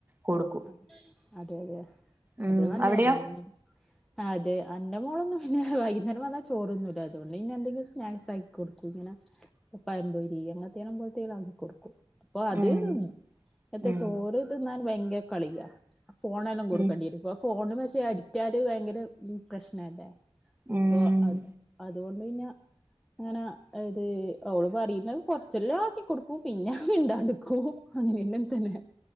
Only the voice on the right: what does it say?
കൊടുക്
ഉം
അവിടെയോ
ഉം
ഉം
ഉം
ഉം